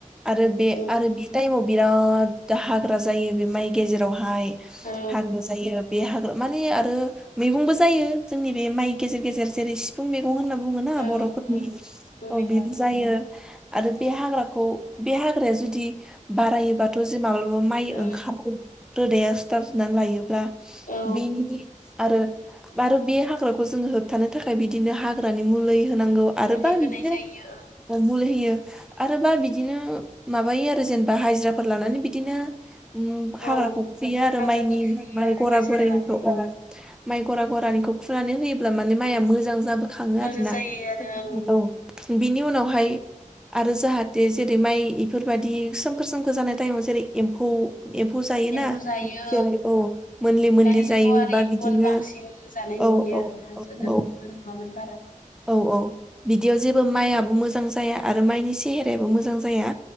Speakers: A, in the centre; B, on the left.
A: आरो बे
B: औ
A: आरो बे टाइमाव बिराद हाग्रा जायो बे माइ गेजेरावहाय
B: औ
A: हाग्रा जायो। बे हाग्रा माने आरो मैगंबो जायो जोंनि बे माइ गेजेर गेजेर जेरै सिफुं मैगं होनना बुङोना
B: औ
A: बर'फोरनि
B: औ सिबुं
A: औ
B: मैगं
A: बिबो जायो आरो बे हाग्राखौ बे हाग्राया जुदि बारायोबाथ' जों माब्लाबा माइ
B: ओं
A: ओंखार रोदाया सिथाबजोबनानै लायोब्ला
B: औ
A: बिनि आरो आरो बे हाग्राखौ जों होबथानो थाखाय बिदिनो हाग्रानि मुलै होनांगौ
B: मुलि
A: आरोबा
B: होनाय
A: बिदिनो
B: जायो ओं
A: ओ, मुलि होयो आरोबा बिदिनो माबायो आरो जेनेबा हाजिराफोर लानानै बिदिनो ओम हाग्राखौ
B: औ
A: खुयो आरो
B: हाग्राखौ
A: माइनि
B: फुयो आरो
A: गरा
B: हाजिरा
A: बोराइनिखौ
B: लाना
A: औ। माइ गरा गरानिखौ फुनानै होयोब्ला माने माइआ मोजां जाबो खाङो
B: मोजां
A: आरोना।
B: जायो आरो ओं
A: औ बिनि उनावहाय आरो जाहाथे जेरै माइ इफोरबायदि सोमखोर सोमखोर जानाय टाइमाव जेरै एम्फौ एम्फौ जायोना
B: एम्फौ जायो
A: जेरै
B: ओं
A: औ मोनलि मोनलि
B: दानि
A: जायो
B: जुगाव आरो
A: बा
B: एम्फौआनो
A: बिदिनो
B: बांसिन जानाय नुयो
A: औ औ
B: आरो ना
A: औ
B: गोदोफोरथ'
A: औ
B: नुवामोन बारा।
A: औ औ बिदियाव जेबो माइआबो मोजां जाया आरो माइनि सेहेरायाबो मोजां जाया।